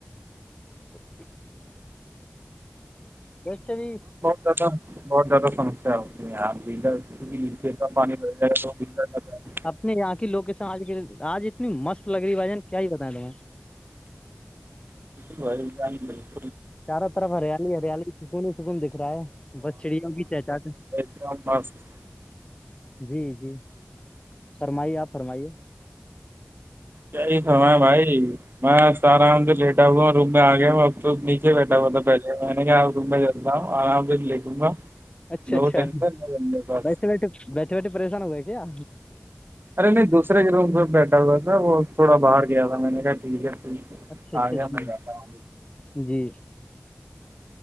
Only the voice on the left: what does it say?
تو <inaudible> بچ بھی
اپنے یہاں کی لوکیشن آج کے آج اتنی مست لگ رہی بھائیجن کیا ہی بتائیں تمہیں
چاروں طرف ہریالی ہریالی سکنی ہی سکون دکھ رہا ہے بچڑیوں کی چہچاچ
جی جی فرمائیے آپ فرمائیے
اچھا
اچھا
بیٹھے بیٹھے بیٹھے پریشان ہو گئے کیا
اچھا اچھا
جی
ج جی